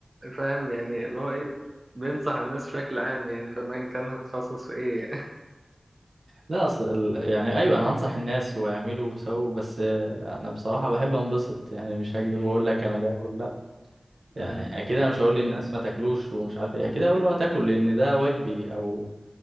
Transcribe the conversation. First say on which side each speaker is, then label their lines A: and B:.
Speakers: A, on the right; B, on the right.
A: فاهم يعني اللي هو إيه بينصح الناس بشكل عام يعني فما كان هتخصص في إيه
B: لا اصل ال- يعني ايوه انا هنصح الناس واعملوا وسووا بس آه، انا بصراحة بحب انبسط يعني مش هكدب
A: <laughs> مم،
B: واقول لك انا باكل لا يعني
A: مم،
B: اكيد انا مش هقول للناس ما تاكلوش ومش عارف ايه اكيد هقول له هتاكل لان ده واجبي او